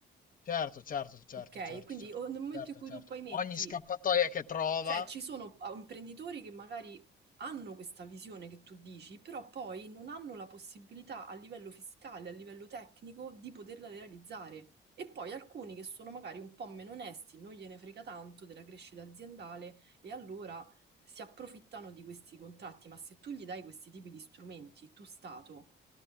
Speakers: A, on the left; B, on the right.
A: Certo, certo, certo,
B: Ok,
A: certo,
B: quindi
A: certo.
B: o- nel momento
A: Certo,
B: in cui
A: certo.
B: tu poi metti,
A: Ogni scappatoia che trova,
B: cioè ci sono ah, imprenditori che magari hanno questa visione che tu dici, però poi non hanno la possibilità a livello fiscale, a livello tecnico, di poterla realizzare. E poi alcuni che sono magari un po' meno onesti, non gliene frega tanto della crescita aziendale e allora si approfittano di questi contratti. Ma se tu gli dai questi tipi di strumenti, tu Stato.